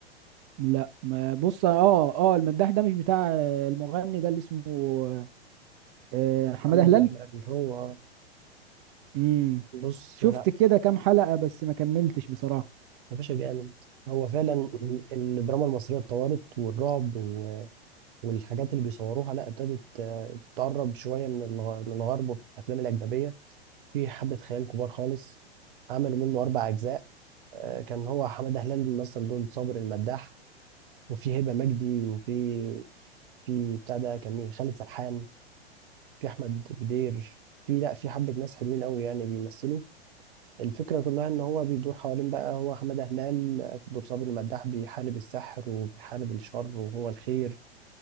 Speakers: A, on the right (about 30°); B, on the right (about 55°).
A: لا ما بص اه اه المداح ده مش بتاع آه، المغني ده اللي اسمه آه، حمادة
B: محمد
A: هلال
B: داح اللي هو
A: امم
B: بص
A: شفت
B: لا
A: كده كام حلقة بس ما كملتش بصراحة
B: يا باشا جامد هو فعلا الدراما المصريه اتطورت والرعب و- والحاجات اللي بيصوروها لا ابتدت آه، تقرب شويه من الغ- من الغرب ومن الافلام الاجنبيه في حبه خيال كبار خالص عملوا منه اربع اجزاء آه، كان هو حماده هلال مثل دور صابر المداح وفي هبه مجدي وفي في بتاع ده كان مين خالد سرحان في احمد بدير في لا في حبه ناس حلوين قوي يعني بيمثلوا الفكره كلها ان هو بيدور حوالين بقى هو حماده هلال في دور صابر المداح بيحارب السحر وبيحارب الشر وهو الخير